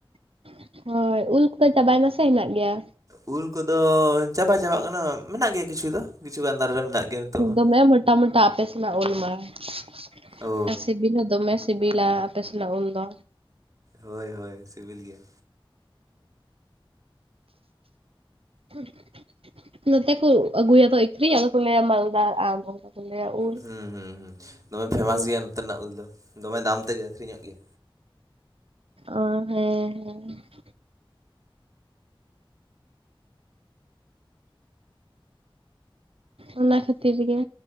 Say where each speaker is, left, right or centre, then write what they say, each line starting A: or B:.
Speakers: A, on the right (about 85°); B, on the right (about 35°).
A: <inaudible> ᱦᱳᱭ ᱩᱞ ᱠᱚᱫᱚ ᱪᱟᱵᱟᱭ ᱮᱱᱟ ᱥᱮ ᱦᱮᱱᱟᱜ ᱜᱮᱭᱟ?
B: ᱩᱞ ᱠᱚᱫᱚ ᱪᱟᱵᱟ ᱪᱟᱵᱟᱜ ᱠᱟᱱᱟ, ᱢᱮᱱᱟᱜ ᱜᱮᱭᱟ ᱠᱤᱪᱷᱩ ᱫᱚ ᱠᱤᱪᱷᱩ ᱜᱟᱱ ᱫᱟᱨᱮ ᱨᱮ ᱢᱮᱱᱟᱜ ᱜᱮᱭᱟ᱾ ᱱᱤᱛᱚᱜ ᱦᱚᱸ
A: ᱫᱚᱢᱮ ᱢᱚᱴᱟ ᱢᱚᱴᱟ ᱟᱯᱮ ᱥᱮᱫᱟᱜ ᱩᱞ ᱢᱟ, <inaudible>
B: ᱚ
A: ᱟᱨ ᱥᱤᱵᱤᱞ ᱦᱚᱸ ᱫᱚᱢᱮ ᱥᱤᱵᱤᱞᱟ ᱟᱯᱮ ᱥᱮᱱᱟᱜ ᱩᱞ ᱫᱚ᱾
B: ᱦᱳᱭ ᱦᱳᱭ ᱥᱤᱵᱤᱞ ᱜᱮᱭᱟ᱾
A: ᱦᱩᱸ ᱾ <inaudible> ᱱᱚᱛᱮ ᱠᱚ ᱟᱹᱜᱩᱭᱟ ᱛᱚ ᱟᱹᱠᱷᱨᱤᱧ ᱟᱫᱚ ᱠᱚ ᱞᱟᱹᱭᱟ ᱢᱟᱞᱫᱟᱨ ᱟᱢ᱾ ᱟᱞᱮᱭᱟᱜ ᱩᱞ
B: ᱦᱩᱸ ᱦᱩᱸ ᱦᱩᱸ ᱫᱚᱢᱮ
A: ᱟᱫᱚ
B: ᱯᱷᱮᱢᱟᱥ
A: ᱠᱚ ᱞᱟᱹᱭᱟ
B: ᱜᱮᱭᱟ ᱱᱚᱛᱮᱱᱟᱜ ᱩᱞ ᱫᱚ, ᱫᱚᱢᱮ ᱫᱟᱢ ᱛᱮᱜᱮ ᱟᱹᱠᱷᱨᱤᱧᱚᱜ ᱜᱮᱭᱟ᱾
A: ᱚ ᱦᱮᱸ ᱦᱮᱸ ᱾ ᱚᱱᱟ ᱠᱷᱟᱹᱛᱤᱨ ᱜᱮ,